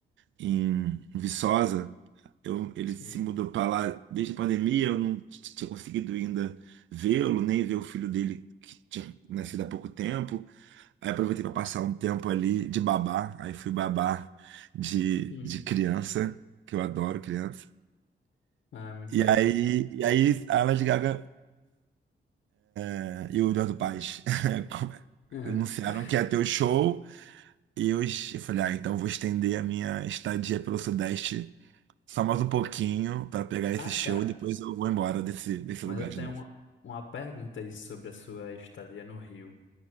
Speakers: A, on the right; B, on the left.
A: em Viçosa. Eu, ele
B: Sim.
A: se mudou pra lá desde a pandemia, eu não t- tinha conseguido ainda vê-lo, nem ver o filho dele que tinha nascido há pouco tempo. Aí aproveitei para passar um tempo ali de babá, aí fui babá de,
B: Uhum.
A: de criança, que eu adoro criança.
B: Ah, é muito
A: E
B: legal.
A: aí, e aí a Lady Gaga É, E o Eduardo Paes <laughs>
B: <laughs>
A: anunciaram que ia ter o show e eu, eu falei, ah, então eu vou estender a minha estadia pelo Sudeste só mais um pouquinho para pegar esse
B: Ah,
A: show
B: cara,
A: e depois eu vou embora desse, desse
B: mas
A: lugar
B: eu tenho
A: de novo.
B: uma, uma pergunta aí sobre a sua estadia no Rio.